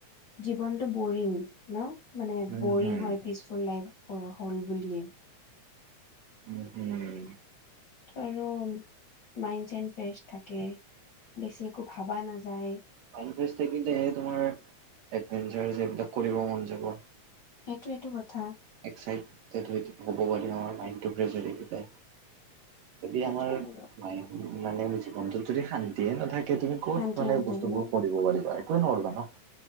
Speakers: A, on the left (about 60°); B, on the right (about 70°).
A: জীৱনটো বৰিং। ন, মানে
B: উম
A: বৰিং
B: হুম
A: হয় পিচফুল লাইফ হ'ল বুলিয়েই।
B: উম হম।
A: আৰু মাইণ্ড চাইন ফ্ৰেছ থাকে, বেছি একো ভাবা নাযায়।
B: ইনৰেষ্ট থাকিল হে তোমাৰ, এভোৰ এইবিলাক কৰিব মন যাব।
A: সেইটো এইটো কথা।
B: এক্সাইটেড হ'ব পাৰি আমাৰ মাইণ্ডটো ফ্ৰেচ থাকে। যদি
A: সেইটোৱে
B: আমাৰ
A: আৰু
B: মায়ে মানে জীৱনটোত যদি শান্তিয়ে নাথাকে তুমি। ক'ত
A: শান্তি
B: মানে
A: নাথাকে।
B: বস্তুবোৰ কৰিব পাৰিবা একোৱে নোৱাৰিবা ন।